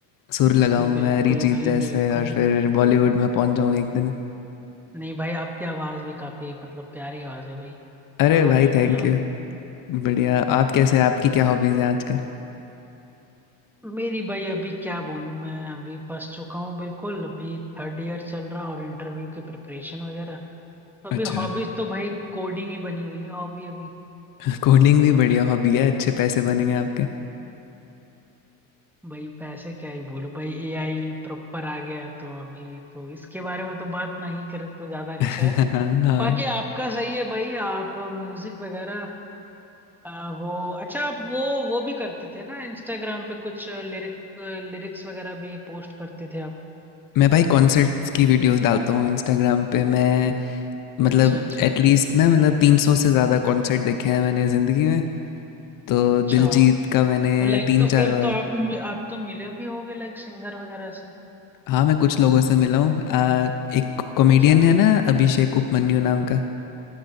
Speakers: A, on the left (about 50°); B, in the centre.
A: सुर लगाऊँ
B: बिल्कुल
A: मैं अरिजीत
B: भाई
A: जैसे
B: बिल्कुल
A: और फिर बॉलीवुड में पहुँच जाऊँ एक दिन
B: नहीं भाई आपकी आवाज भी काफी मतलब प्यारी आवाज है भाई
A: अरे
B: करो
A: भाई
B: बिल्कुल
A: थैंक यू
B: आप
A: बढ़िया आप कैसे आपकी क्या हॉबीज़ है आजकल
B: मेरी भाई अभी क्या बोलूं मैं अभी फंस चुका हूँ बिल्कुल अभी थर्ड ईयर चल रहा और इंटरव्यू की प्रिपरेशन वगैरह अभी
A: अच्छा
B: हॉबीज तो भाई कोडिंग ही बनी हुई है हॉबी अभी
A: <laughs> कोडिंग भी बढ़िया हॉबी है अच्छे पैसे बनेंगे आपके
B: भाई पैसे क्या ही बोलो भाई एआई प्रॉपर आ गया है, तो अभी तो इसके बारे में तो बात नहीं करें तो ज्यादा अच्छा
A: <laughs>
B: है
A: हाँ
B: बाकी आपका सही है भाई आप म्यूजिक वगैरह आ, वो अच्छा आप वो वो भी करते थे ना इंस्टाग्राम पे कुछ लिरिक लिरिक्स वगैरह भी पोस्ट करते थे आप
A: मैं भाई कॉन्सर्ट्स की वीडियोस डालता हूँ इंस्टाग्राम पे मैं मतलब
B: अच्छा अच्छा
A: एटलीस्ट ना मतलब तीन सौ से ज़्यादा कॉन्सर्ट देखे हैं मैंने ज़िंदगी में तो
B: अच्छा
A: दिलजीत का मैंने
B: तो लाइक
A: तीन
B: तो फिर
A: चार बार
B: तो आप आप तो मिले भी होगे लाइक सिंगर वगैरह से
A: हाँ मैं कुछ लोगों से मिला हूँ आ, एक कॉमेडियन
B: अच्छा
A: है ना अभिषेक उपमन्यु नाम का